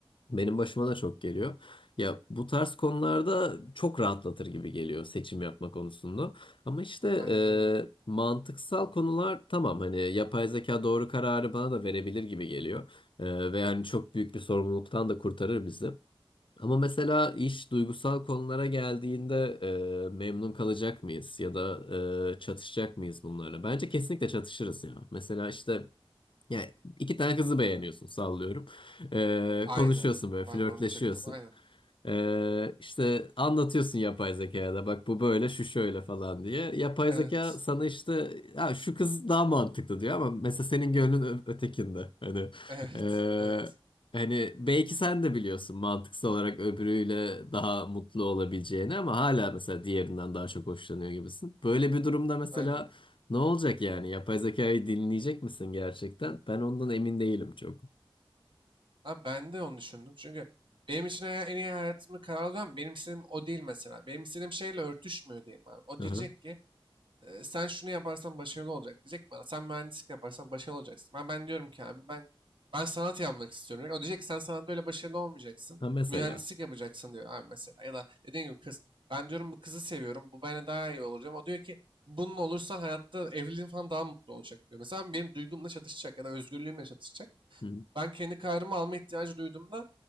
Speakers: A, on the left; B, on the right.
A: Benim başıma da çok geliyor. Ya bu tarz konularda çok rahatlatır gibi geliyor seçim yapma konusunda. Ama işte
B: Aynen
A: e,
B: öyle.
A: mantıksal konular tamam hani yapay zeka doğru kararı bana da verebilir gibi geliyor. E, ve yani çok büyük bir sorumluluktan da kurtarır bizi. Ama mesela iş duygusal konulara geldiğinde e, memnun kalacak mıyız ya da e, çatışacak mıyız bunlarla? Bence kesinlikle çatışırız ya. Mesela işte yani iki tane kızı beğeniyorsun sallıyorum. Ee,
B: Aynen.
A: konuşuyorsun böyle flörtleşiyorsun.
B: Ben de onu diyecektim. Aynen.
A: Ee, işte anlatıyorsun yapay zekaya da bak bu böyle şu şöyle falan diye. Yapay
B: Evet.
A: zeka sana işte ha, şu kız daha mantıklı diyor ama mesela senin gönlün ö- ötekinde. Hani
B: Evet.
A: ee,
B: Evet.
A: hani belki sen de biliyorsun mantıksal olarak öbürüyle daha mutlu olabileceğini ama hala mesela diğerinden daha çok hoşlanıyor gibisin. Böyle bir durumda mesela
B: Aynen.
A: ne olacak yani? Yapay zekayı dinleyecek misin gerçekten? Ben ondan emin değilim çok.
B: Ha, ben de onu düşündüm. Çünkü benim için hay- en iyi hayatımı kararlayan benim istediğim o değil mesela. Benim istediğim şeyle örtüşmüyor diyelim abi. O
A: Aha.
B: diyecek ki "E, sen şunu yaparsan başarılı olacak. Diyecek ki bana sen mühendislik yaparsan başarılı olacaksın. Ben, ben diyorum ki abi ben ben sanat yapmak istiyorum. O diyecek ki sen sanatta öyle başarılı olmayacaksın.
A: Ha mesela.
B: Mühendislik yapacaksın diyor abi mesela. Ya da dediğim gibi kız ben diyorum bu kızı seviyorum. Bu bana daha iyi olacağım. O diyor ki bunun olursa hayatta evliliğin falan daha mutlu olacak diyor. Mesela benim duygumla çatışacak ya da özgürlüğümle çatışacak.
A: Hı
B: Ben kendi kararımı alma ihtiyacı duyduğumda